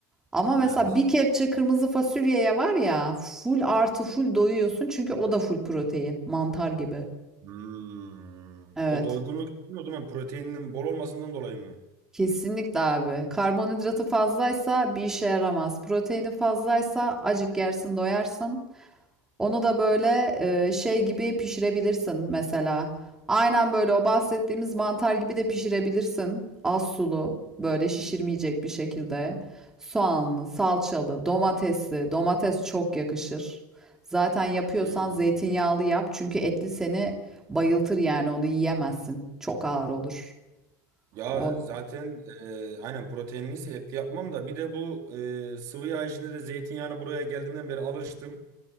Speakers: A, in the centre; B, on the right.
A: Ama
B: Evet.
A: mesela bir kepçe kırmızı fasulyeye var ya full artı full doyuyorsun. Çünkü o da full protein. Mantar gibi.
B: Hmm.
A: Evet.
B: O doygunluk değil mi? o zaman Proteinin bol olmasından dolayı mı?
A: Kesinlikle abi. Karbonhidratı fazlaysa bir işe yaramaz. Proteini fazlaysa acık yersin doyarsın. Onu da böyle e, şey gibi pişirebilirsin mesela. Aynen böyle o bahsettiğimiz mantar gibi de pişirebilirsin. Az sulu, böyle şişirmeyecek bir şekilde. Soğanlı, salçalı, domatesli. Domates çok yakışır. Zaten yapıyorsan
B: Hmm.
A: zeytinyağlı yap. Çünkü etli seni bayıltır yani onu yiyemezsin. Çok ağır olur.
B: Ya
A: O
B: zaten e, aynen proteinliyse etli yapmam da bir de bu e, sıvı yağ içinde de zeytinyağını buraya geldiğimden beri alıştım.